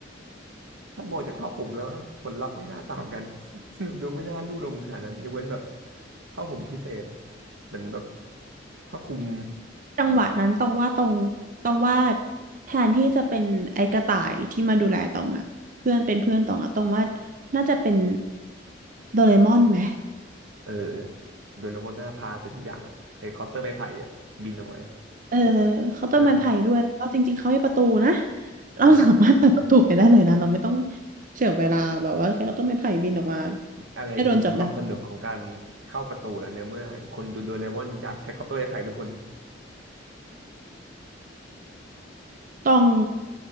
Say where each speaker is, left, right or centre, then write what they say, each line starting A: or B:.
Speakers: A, on the right; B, on the right.
A: ถ้ามองจากผ้าห่มแล้วผลลัพธ์ไม่น่าต่างกัน <laughs> ดูไม่น่าลู่ลมขนาดนั้นยกเว้นแบบผ้าห่มพิเศษเหมือนแบบผ้าคลุม
B: จังหวะนั้นตองว่าตองตองว่าแทนที่จะเป็นไอ้กระต่ายที่มาดูแลตองอะเพื่อนเป็นเพื่อนตองอะตองว่าน่าจะเป็นโดเรมอนไหม
A: เออโดเรมอนหน้าพาไปทุกอย่างอะไฮคอปเตอร์ไม้ไผ่อะบินเอาไว้
B: เออเคาน์เตอร์ไม้ไผ่ด้วยแล้วก็จริงๆเขาให้ประตูนะ
A: แต่
B: เราสามารถเปิดประตูไปได้เลยนะเราไม่ต้อง
A: อืม
B: เสียเวลาแบบว่าแค่เคาน์เตอร์ไม้ไผ่บินออกมา
A: อะไรคือความสนุกของการเข้าประตูอะเนี่ยเมื่อคนดูโดเรมอนอยากใช้คอปเตอร์ไม้ไผ่ทุกคน
B: ให้โดนจับได้ต้อง